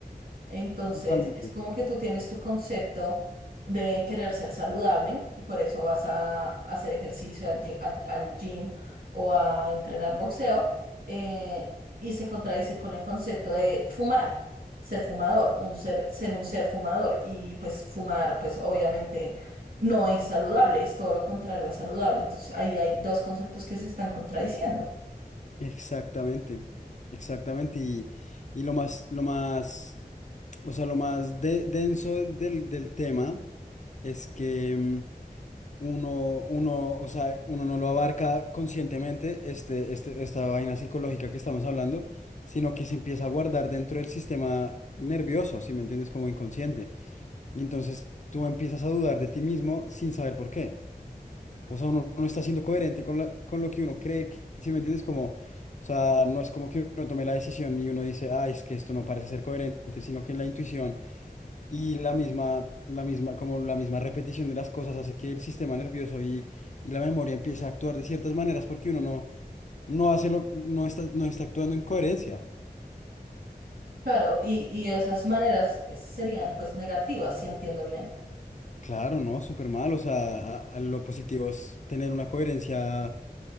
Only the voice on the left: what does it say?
totalmente.
Exactamente, exactamente. Y, y lo más, lo más, o sea, lo más de- denso del del tema. es que mm, uno, uno, o sea, uno no lo abarca conscientemente, este, este, esta vaina psicológica que estamos hablando, sino que se empieza a guardar dentro del sistema nervioso, si me entiendes, como inconsciente. Y entonces tú empiezas a dudar de ti mismo sin saber por qué. O sea, uno no está siendo coherente con, la- con lo que uno cree, que- si me entiendes, como, o sea, no es como que uno tome la decisión y uno dice, ah, es que esto no parece ser coherente, sino que en la intuición. Y la misma, la misma, como la misma repetición de las cosas hace que el sistema nervioso y, y la memoria empiece a actuar de ciertas maneras porque uno no, no hace lo, no está, no está actuando en coherencia.
Claro, no, súper mal. O sea, a, a lo positivo es tener una coherencia